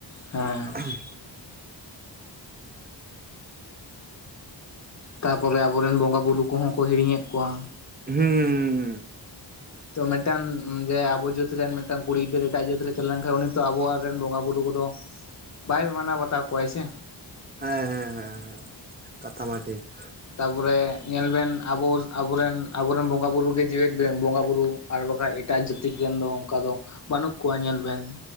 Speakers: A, on the left (about 40°); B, on the right (about 25°).
A: ᱦᱮᱸ᱾
B: ᱦᱩᱸ᱾
A: ᱛᱟᱨᱯᱚᱨ ᱟᱵᱚᱨᱮᱱ ᱵᱚᱸᱜᱟ ᱵᱩᱨᱩ ᱚᱱᱟ ᱠᱚᱦᱚᱸ ᱠᱚ ᱦᱤᱲᱤᱧᱮᱫ ᱠᱚᱣᱟ ᱾
B: ᱦᱮᱸ᱾ ᱦᱩᱸ, ᱦᱩᱸ᱾
A: ᱛᱚ ᱢᱤᱫᱴᱟᱱ ᱡᱮ ᱟᱵᱚ ᱡᱟᱹᱛ ᱨᱮᱱ ᱢᱤᱫᱴᱟᱝ ᱠᱩᱲᱤ ᱜᱤᱫᱽᱨᱟᱹ ᱮᱴᱟᱜ ᱡᱟᱹᱛ ᱨᱮ ᱪᱟᱞᱟᱣ ᱞᱮᱱᱠᱷᱟᱱ ᱩᱱᱤ ᱛᱚ, ᱟᱵᱚᱣᱟᱜ ᱨᱮᱱ ᱵᱚᱸᱜᱟᱼᱵᱩᱨᱩ ᱠᱚᱫᱚ ᱵᱟᱭ ᱢᱟᱱᱟᱣ ᱵᱟᱛᱟᱣ ᱠᱚᱣᱟᱭ ᱥᱮ
B: ᱦᱮᱸ ᱦᱮᱸ ᱦᱮᱸ ᱦᱮᱸ ᱠᱟᱛᱷᱟ ᱢᱟ ᱴᱷᱤᱠ
A: ᱛᱟᱨᱯᱚᱨᱮ ᱧᱮᱞᱵᱮᱱ ᱟᱵᱚ ᱟᱵᱚᱨᱮᱱ ᱟᱵᱚᱨᱮᱱ ᱵᱚᱸᱜᱟ ᱵᱩᱨᱩ ᱜᱮ ᱡᱤᱣᱮᱫ ᱵᱮ ᱵᱚᱸᱜᱟ ᱵᱩᱨᱩ ᱟᱨ ᱵᱟᱠᱷᱟᱡᱽ ᱮᱴᱟᱜ ᱡᱟᱹᱛᱤᱠ ᱨᱮᱱ ᱫᱚ ᱚᱱᱠᱟ ᱫᱚ ᱵᱟᱹᱱᱩᱜ ᱠᱚᱣᱟ ᱧᱮᱞ ᱵᱮᱱ